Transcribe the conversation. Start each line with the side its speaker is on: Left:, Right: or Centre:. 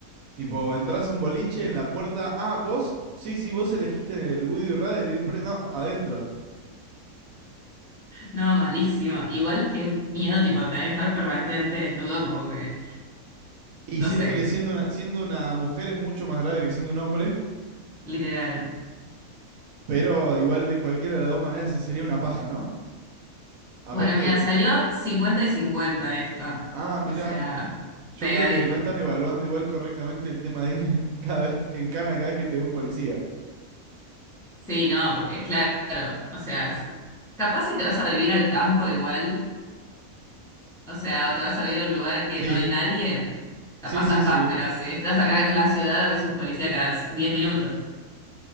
Right: Tipo, entras a un boliche en la puerta. Ah, vos. Sí, sí, vos elegiste el Goody Radar ir pre. No, adentro.
Centre: No, malísimo. Igual que miedo, tipo, tener que estar permanentemente desnudo, como que,
Right: Y
Centre: no
Right: siento
Centre: sé,
Right: que siendo una, siendo una mujer es mucho más grave que siendo un hombre.
Centre: literal.
Right: Pero igual de cualquiera de las dos maneras se sería una paja, ¿no? Aparte,
Centre: Bueno, mira, salió 50 y cincuenta esto.
Right: ah, mirá.
Centre: O sea,
Right: Yo
Centre: pegadito.
Right: creo que no están evaluando igual correctamente el tema de ir <laughs> cada vez en cana cada vez que te ve un policía.
Centre: Sí, no, porque claro, o sea, s- capaz si te vas a vivir al campo igual, o sea, o te vas a vivir a un lugar que
Right: Sí,
Centre: no hay nadie, capaz
Right: sí, sí,
Centre: afás,
Right: sí.
Centre: pero si estás acá en la ciudad ves un policía cada s- 10 minutos.